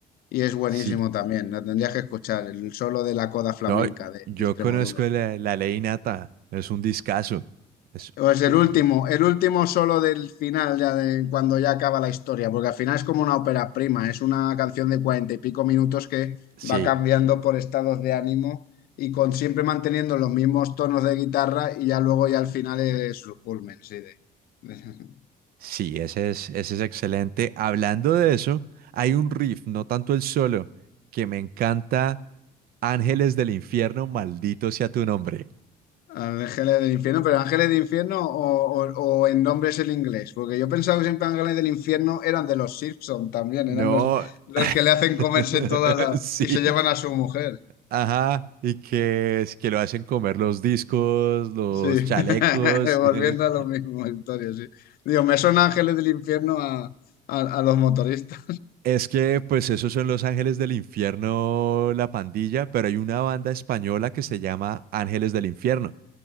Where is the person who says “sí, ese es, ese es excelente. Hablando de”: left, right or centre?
Right